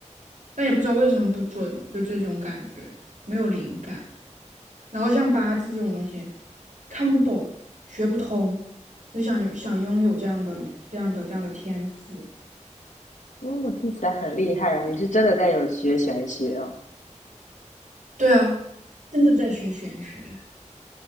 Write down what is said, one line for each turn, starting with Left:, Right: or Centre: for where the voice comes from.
Right: 但也不知道为什么不准，就这种感觉，没有灵感。然后像八字这种东西，看不懂，学不通，我就想想拥有这样的这样的这样的天赋。
Left: 哦，听起来很厉害哦！你是真的在有学玄学哦。
Right: 对啊，真的在学玄学。